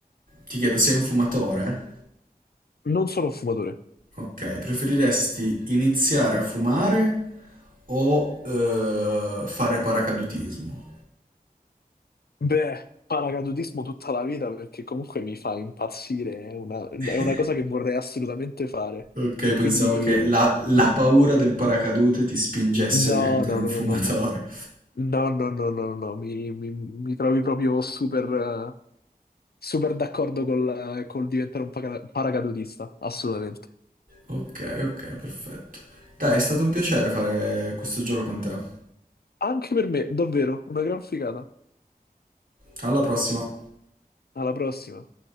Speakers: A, on the right; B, on the left.
A: ti chiedo, sei un fumatore?
B: non sono un fumatore.
A: Ok, preferiresti iniziare a fumare o eh, fare paracadutismo?
B: Beh, paracadutismo tutta la vita perché comunque mi fa impazzire, è una, è
A: <laughs>
B: una cosa che vorrei assolutamente fare.
A: Ok, pensavo
B: Quindi
A: che la, la paura del paracadute ti spingesse
B: no,
A: a diventare
B: no, no,
A: un
B: no,
A: fumatore.
B: no, no, no, no, no, no, no, mi, mi- mi trovi proprio super, eh, super d'accordo col, eh, col diventare un paca- paracadutista, assolutamente.
A: Ok, ok, perfetto. Dai, è stato un piacere fare questo gioco con te.
B: Anche per me, davvero, una gran figata.
A: Alla prossima.
B: Alla prossima.